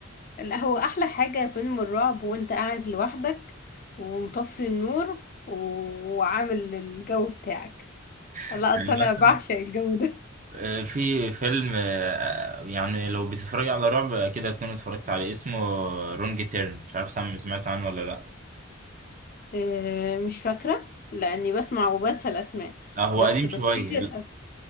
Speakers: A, on the left; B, on the right.
A: لا هو احلى حاجة فيلم الرعب وانت قاعد لوحدك ومطفي النور و- وعامل الجو بتاعك لا
B: يعني
A: اصل انا
B: مثلا
A: بعشق الجو ده
B: آه، في فيلم آه، يعني لو بتتفرج على رعب أكيد هتكون اتفرجت عليه اسمه رونج تيرن مش عارف سام- سمعت عنه ولا لأ
A: آه، مش فاكرة لاني بسمع وبنسى الاسماء
B: آه هو
A: بس
B: قديم
A: بفتكر
B: شوية
A: أس...